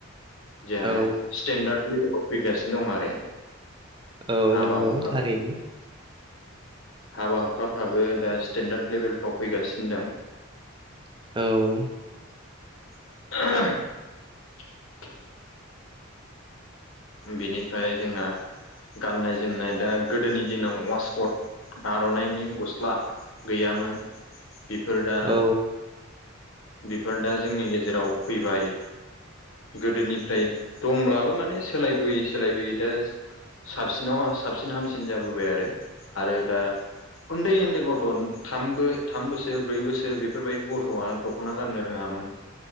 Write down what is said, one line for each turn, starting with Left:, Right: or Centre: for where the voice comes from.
Left: जोंहा
Right: औ
Left: स्टेन्डार्ड फैगासिनो दं आरो
Right: औ
Left: हाबा
Right: नंगौ
Left: हुखाफ्राव
Right: थारैनो
Left: हाबा हुखाफ्राबो दा स्टेन्डार्ड लेभेलफ्राव फैगासिनो दं
Right: औ
Left: <unintelligible> बेनिफ्राय जोंना गाननाय जोमनाय दा गोदोनि दिनाव वासकट आरननाइनि गस्ला गैयामोन बेफोर दा
Right: औ
Left: बेफोर दा जोंनि गेजेराव फैबाय गोदोनिफ्राय दंब्लाबो माने सोलायबोयै सोलायबोयै दा साबसिनाव साबसिन हामसिन जाबोबाय आरो आरो दा उन्दै उन्दै गथ' थाम बो थाम बोसोर ब्रै बोसोर बेफोरबायदि गथ'आ दखना गाननो रोङामोन